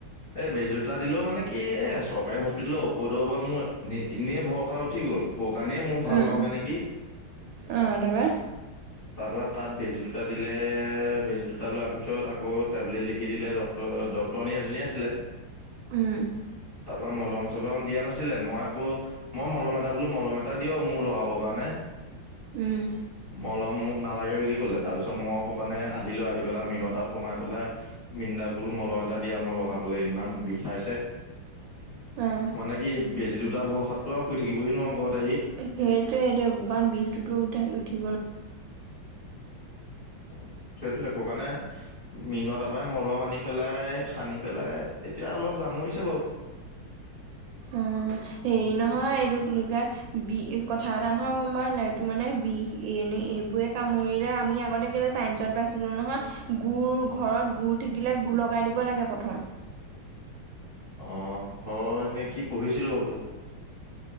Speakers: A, on the left (about 30°); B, on the right (about 75°).
A: এই বেজী দুটা দিলেও মানে কি এ চৰকাৰী হস্পিতেলৰ ঔষধৰ ওপৰত মোৰ এনে এনেই ভৰসা উঠি গল সেওকানে মোৰ ভাল
B: উম
A: নহয় নেকি?
B: অ তাৰপা
A: তাৰ পৰা তাত বেজী দুটা দিলে বেজী দুটা লোৱাৰ পিছত আকৌ টেবলেট লিখি দিলে ড ডক্টৰনী এজনী আছিলে
B: উম
A: তাৰ পৰা মলম চলম দিয়া নাছিলে মই আকৌ মই মলম এটা বোলো মলম এ টা দিয়ক মোৰ লগাবৰ কাৰণে।
B: উম।
A: মলম নালাগে বুলি কলে। তাৰপিছত মই সুকণে আহিলো আহি পেলাই মিন তাত সোমাই পেলাই- মৃন্দাক বোলো মলম এটা দিয়া মই লগাবলে ইমান বিষাইছে।
B: অ
A: মানে কি বেজি দুটা ভৰসাতটো আও শুই থাকিবহি নোৱাৰো ঘৰত আহি
B: সেইটোয়ে সেইটোয়ে কাৰণ বিষটোতো উঠা উঠি ন
A: অ সেইটোৱে সেই কাৰণে মিন তাপাই মলম আনি পেলাই সানি পেলাই এতিয়া অলপ জামৰিছে বাও
B: অ হেৰি নহয় এইটো কি বুলি কয় বি কথা এটা নহয় গম পাওঁ নে নাই এইটো মানে বিষ এনে এইবোৰে কামুৰিলে আমি আগতে কেলে চাইসত পাইছিলো নহয় গুৰ ঘৰত গুৰ থাকিলে গুৰ লগাই দিব লাগে প্ৰথম
A: অ হয় নে কি পঢ়িছিলো হবলা